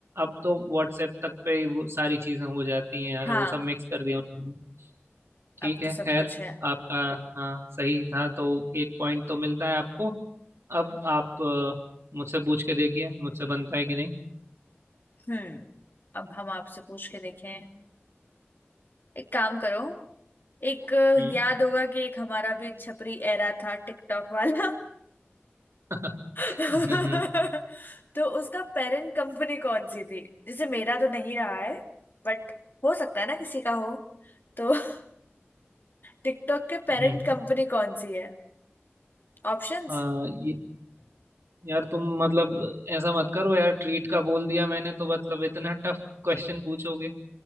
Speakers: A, on the right; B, on the left.
A: अब तो व्हाट्सएप तक पे ही वो सारी चीजें हो जाती हैं यार
B: हाँ
A: वो सब मिक्स कर दिया उन्होंने ठीक
B: अब
A: है
B: तो सब
A: खैर
B: कुछ है
A: आपका हाँ सही था तो एक पॉइंट तो मिलता है आपको अब आप अ, मुझसे पूछ के देखिए मुझसे बनता है कि नहीं
B: हम्म अब हम आपसे पूछ के देखें एक काम करो एक अ,
A: हम्म
B: याद होगा कि एक हमारा भी छपरी एरा था टिकटॉक वाला
A: <laughs>
B: <laughs>
A: हम्म
B: तो उसका पेरेंट कंपनी कौन सी थी जैसे मेरा तो नहीं रहा है बट हो सकता है ना किसी का हो तो <laughs> टिकटॉक के पेरेंट
A: हम्म।
B: कंपनी कौन सी है ऑप्शंस
A: आ, ये यार तुम मतलब ऐसा मत करो यार ट्रीट का बोल दिया मैंने तो मतलब इतना टफ क्वेश्चन पूछोगे